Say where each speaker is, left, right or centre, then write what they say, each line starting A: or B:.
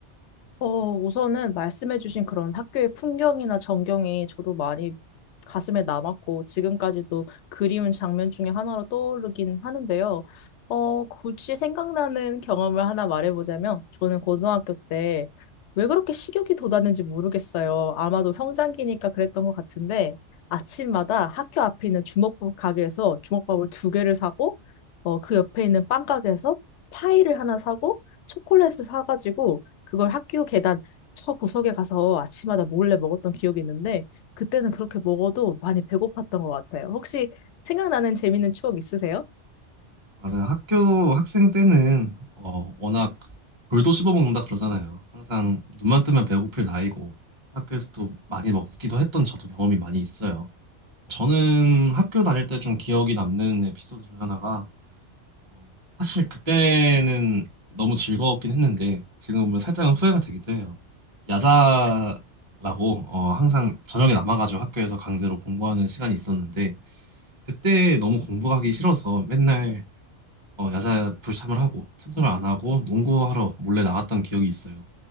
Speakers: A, on the left; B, on the right.
A: 어, 우선은 말씀해주신 그런 학교의 풍경이나 전경이 저도 많이 가슴에 남았고, 지금까지도 그리운 장면 중에 하나로 떠오르긴 하는데요. 어, 굳이 생각나는 경험을 하나 말해보자면, 저는 고등학교 때 왜 그렇게 식욕이 돋았는지 모르겠어요. 아마도 성장기니까 그랬던 것 같은데, 아침마다 학교 앞에 있는 주먹밥 가게에서 주먹밥을 두 개를 사고, 어, 그 옆에 있는 빵 가게에서 파이를 하나 사고, 초콜릿을 사가지고, 그걸 학교 계단 저 구석에 가서 아침마다 몰래 먹었던 기억이 있는데 그때는 그렇게 먹어도 많이 배고팠던 것 같아요. 혹시 생각나는 재밌는 추억 있으세요?
B: 맞아요. 학교 학생 때는 어, 워낙 돌도 씹어먹는다 그러잖아요. 항상 눈만 뜨면 배고플 나이고 학교에서도 많이 먹기도 했던 저도 경험이 많이 있어요. 저는 학교 다닐 때 좀 기억이 남는 에피소드 중 하나가 어, 사실 그때는 너무 즐거웠긴 했는데 지금 보면 살짝은 후회가 되기도 해요. 야자라고 어, 항상 저녁에 남아가지고 학교에서 강제로 공부하는 시간이 있었는데 그때 너무 공부하기 싫어서 맨날 어, 야자 불참을 하고 참석을 안 하고 농구하러 몰래 나갔던 기억이 있어요.